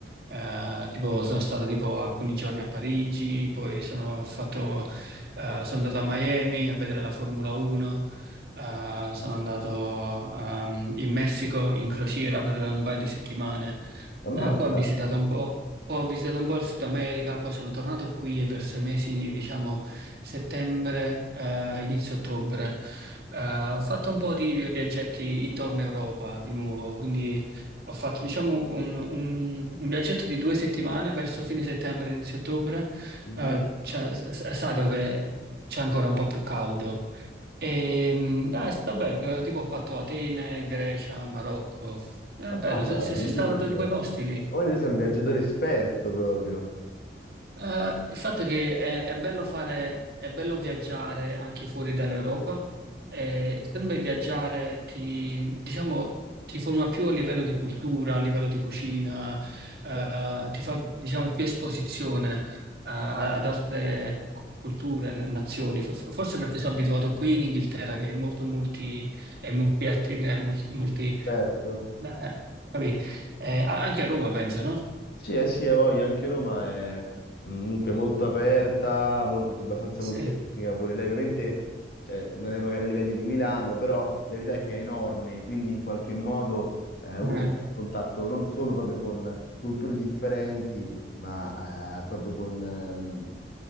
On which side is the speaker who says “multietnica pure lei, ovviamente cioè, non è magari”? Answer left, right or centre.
Left